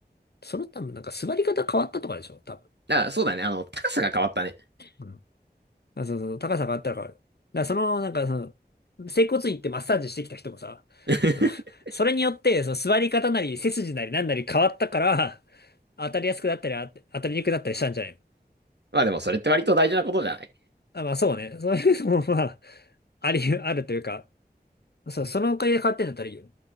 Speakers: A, on the left; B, on the right.
A: その多分なんか座り方変わったとかでしょ、多分。
B: あ、そうだね、あの、高さが変わったね。
A: うん。あ、そうそうそう、高さがあったら変わる。だからその、なんかその、整骨院行ってマッサージしてきた人もさ、
B: <laughs>
A: あのそれによって、その座り方なり背筋なりなんなり変わったから、当たりやすくなったり、あ当たりにくくなったりしたんじゃないの
B: まあでもそれって割と大事なことじゃない
A: あ、まあそうね。そういうのもまあ、あり、あるというか、そう、そのおかげで変わってんだったらいいよね。